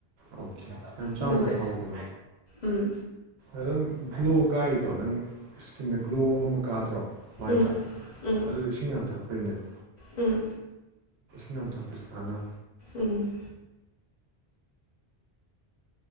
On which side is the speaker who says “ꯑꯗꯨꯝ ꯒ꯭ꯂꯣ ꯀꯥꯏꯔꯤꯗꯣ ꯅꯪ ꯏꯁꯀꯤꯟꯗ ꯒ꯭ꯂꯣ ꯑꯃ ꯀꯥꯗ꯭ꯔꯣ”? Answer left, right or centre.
Right